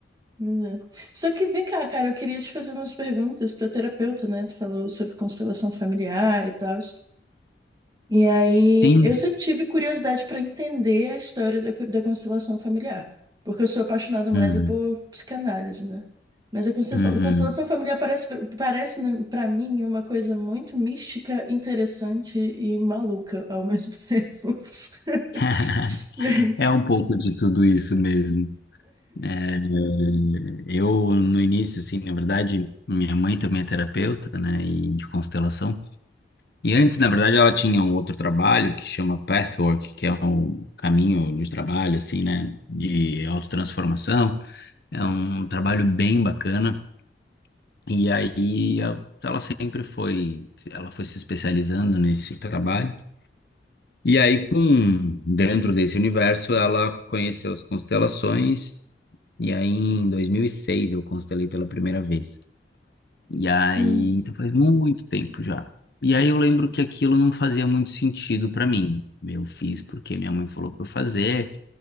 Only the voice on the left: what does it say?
Sim?
Uhum,
uhum.
<laughs>
É um pouco de tudo isso mesmo. É, eu, no início, assim, na verdade, minha mãe também é terapeuta, né, e de constelação. E antes, na verdade, ela tinha um outro trabalho que chama Pathwork, que é um caminho de trabalho, assim, né, de autotransformação. É um trabalho bem bacana. E aí a- ela sempre foi, ela foi se especializando nesse trabalho. E aí com dentro desse universo ela conheceu as constelações e aí em 2006 eu constelei pela primeira vez. E aí,
então faz muito tempo já. E aí eu lembro que aquilo não fazia muito sentido para mim. Eu fiz porque minha mãe falou para eu fazer,